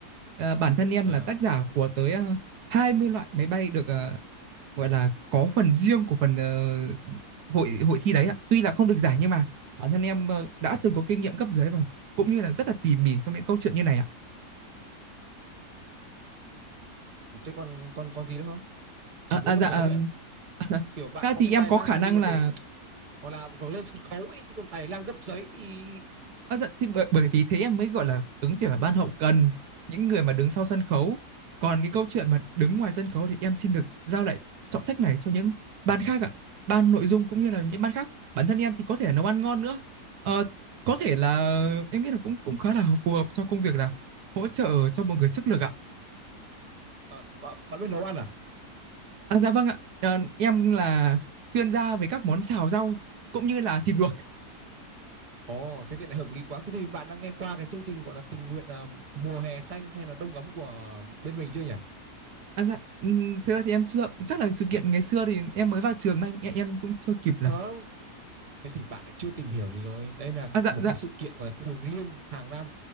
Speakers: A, on the right (about 75°); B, on the right (about 30°).
A: Ờ, bản thân em
B: à
A: là tác giả của tới uh, 20 loại máy bay được ờ, gọi là có phần riêng của phần ờ, hội hội thi đấy ạ. Tuy là không được giải nhưng mà bản thân em ờ, đã từng có kinh nghiệm cấp dưới và cũng như là rất là tỉ mỉ trong những câu chuyện như này ạ.
B: thế còn còn còn gì nữa không
A: À,
B: chỉ mỗi
A: à,
B: gấp
A: dạ
B: giấy
A: ờ,
B: thôi à?
A: <laughs>
B: kiểu bạn
A: à,
B: có
A: thì
B: cái
A: em
B: tài
A: có
B: năng
A: khả
B: gì
A: năng
B: mà
A: là
B: để gọi là lên sân khấu ấy chứ còn tài năng gấp giấy thì
A: À, dạ, thì bởi, bởi vì thế em mới gọi là ứng tuyển vào ban hậu cần những người mà đứng sau sân khấu còn cái câu chuyện mà đứng ngoài sân khấu thì em xin được giao lại trọng trách này cho những ban khác ạ ban nội dung cũng như là những ban khác bản thân em thì có thể là nấu ăn ngon nữa Ờ, có thể là em nghĩ là cũng cũng khá là phù hợp cho công việc là hỗ trợ cho mọi người sức lực ạ
B: à, bạn, bạn biết nấu ăn à
A: à, dạ vâng ạ Ờ, em là chuyên gia về các món xào rau cũng như là thịt luộc
B: Ồ, thế thì lại hợp lý quá. Thế thì bạn đang nghe qua cái chương trình gọi là tình nguyện à, mùa hè xanh hay là đông ấm của bên mình chưa nhỉ?
A: à, dạ, ừm, thực ra thì em chưa chắc là sự kiện ngày xưa thì em mới vào trường mà anh em em cũng chưa kịp
B: Không.
A: là
B: Thế thì bạn lại chưa tìm hiểu gì rồi. Đây là
A: À dạ
B: một
A: dạ.
B: cái sự kiện gọi là thường niên hàng năm.